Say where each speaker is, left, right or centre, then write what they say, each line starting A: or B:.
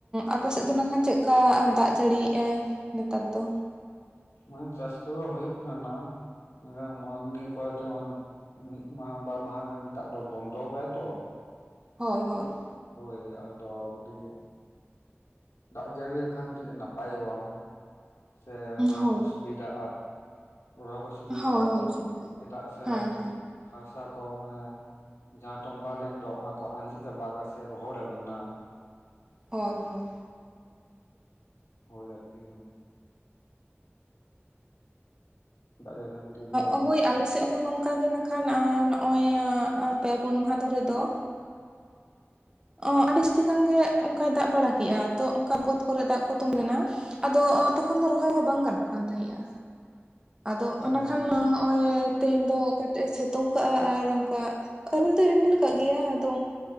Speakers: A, on the right (about 20°); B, on the left (about 75°).
A: ᱟᱯᱮ ᱥᱮᱫ ᱫᱚ ᱱᱟᱜ ᱠᱷᱟᱱ ᱪᱮᱫᱠᱟᱭ ᱫᱟᱜ ᱡᱟᱹᱲᱤᱭᱮᱜ-ᱟᱭ ᱱᱮᱛᱟᱨ ᱫᱚ
B: ᱢᱟᱱᱮ ᱪᱟᱥ ᱠᱚᱫᱚ ᱦᱩᱭᱩᱜ ᱠᱟᱱᱟ᱾ ᱢᱮᱱᱠᱷᱟᱱ ᱱᱚᱜ ᱱᱤᱭᱟᱹ ᱠᱚᱨᱮᱛᱮ ᱱᱚᱜ-ᱚᱭ ᱢᱤᱫ ᱢᱟᱦᱟ ᱵᱟᱨ ᱢᱟᱦᱟ ᱜᱟᱱ ᱫᱟᱜ ᱫᱚ ᱵᱚᱱᱰᱚ ᱜᱮᱭᱟ ᱛᱚ᱾
A: ᱦᱳᱭ ᱦᱳᱭ᱾
B: ᱦᱳᱭ ᱟᱫᱚ ᱠᱟᱹᱴᱤᱡ ᱫᱟᱜ ᱡᱟᱹᱲᱤ ᱞᱮᱠᱷᱟᱱ ᱠᱟᱹᱴᱤᱡ ᱱᱟᱯᱟᱭᱚᱜᱼᱟ ᱥᱮ ᱨᱚᱦᱚᱭ
A: ᱦᱳᱭ
B: ᱠᱚ ᱥᱩᱵ ᱥᱩᱵᱤᱫᱷᱜᱼᱟ ᱨᱚᱦᱚᱭ ᱠᱚ ᱥᱩᱵᱤᱫᱷᱜᱼᱟ
A: ᱦᱳᱭ ᱦᱳᱭ ᱥᱩᱵᱤᱫᱟ
B: ᱪᱮᱫᱟᱜ ᱥᱮ
A: ᱦᱮᱸ ᱦᱮᱸ
B: ᱦᱟᱥᱟ ᱠᱚ ᱢᱟᱱᱮ ᱡᱟᱦᱟᱸ ᱛᱚᱢᱵᱟ ᱞᱮᱱ ᱰᱚ ᱚᱱᱟ ᱠᱚ ᱟᱸᱡᱮᱫ ᱪᱟᱵᱟᱜᱼᱟ ᱥᱮ ᱨᱚᱦᱚᱲ ᱟᱠᱟᱱᱟ᱾
A: ᱦᱳᱭ ᱦᱳᱭ᱾
B: ᱦᱩᱭ ᱟᱨᱠᱤ ᱫᱟᱜ ᱡᱟᱹᱲᱤ ᱠᱷᱟᱱ ᱠᱟᱹᱴᱤᱡ ᱠᱚ
A: ᱚ
B: ᱢᱟᱱᱮ
A: ᱦᱳᱭ ᱟᱞᱮ ᱥᱮᱫ ᱦᱚᱸ ᱱᱚᱝᱠᱟ ᱜᱮ ᱱᱟᱠᱷᱟᱱ ᱮ ᱱᱚᱜᱼᱚᱭ ᱮ ᱯᱮ ᱯᱩᱱ ᱢᱟᱦᱟ ᱫᱷᱚᱨᱮ ᱫᱚ ᱚ ᱟᱹᱰᱤ ᱡᱟᱹᱥᱛᱤ ᱠᱷᱟᱱ ᱜᱮ ᱚᱱᱠᱟᱭ ᱫᱟᱜ ᱵᱟᱲᱟ ᱠᱮᱼᱟ ᱛᱚ ᱚᱱᱠᱟ ᱵᱟᱹᱫ ᱠᱚᱨᱮᱜ ᱫᱟᱜ ᱠᱚ ᱛᱚᱢᱵᱟ ᱞᱮᱱᱟ ᱟᱫᱚ ᱚ ᱛᱚᱠᱷᱚᱱ ᱫᱚ ᱨᱚᱦᱚᱭ ᱦᱚᱸ ᱵᱟᱝ ᱜᱟᱱᱚᱜ ᱠᱟᱱ ᱛᱟᱦᱮᱸᱼᱟ᱾ ᱟᱫᱚ
B: ᱦᱩᱸ
A: ᱚᱱᱟ ᱠᱷᱟᱱ ᱦᱚᱸᱜᱼᱚᱭ ᱛᱮᱦᱮᱧ ᱫᱚ ᱠᱟᱹᱴᱤᱡᱼᱮ ᱥᱮᱛᱳᱝ ᱠᱟᱜᱼᱟ ᱟᱨ ᱚᱱᱠᱟ <unintelligible> ᱨᱤᱢᱤᱞ ᱟᱠᱟᱫ ᱜᱮᱭᱟ, ᱟᱫᱚ